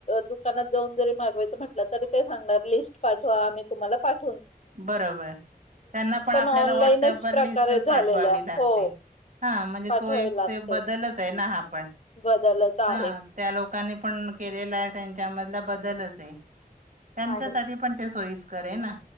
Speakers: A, on the left (about 45°); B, on the right (about 55°).
A: दुकानात जाऊन जरी मागवायचे म्हणलं तरी, ते सांगणार लिस्ट पाठवा आम्ही तुम्हाला पाठवुन देऊ
B: बरोबर, त्यांना पण आपल्याला
A: ऑनलाईनच
B: वॉट्सअपवर
A: प्रकारे
B: लिस्टच
A: झालेल्या
B: पाठवावी लागते.
A: हो
B: हा, म्हणजे
A: पाठवाय
B: तो एक
A: लागते.
B: ते बदलच आहे. हो, ना हा पण
A: बदलच आहे
B: हा त्या लोकांनी पण केलेला आहे त्यांच्या मधला बदलच आहे, त्यांच्यासाठी
A: आहे
B: पण ते सोयीस्कर आहे ना.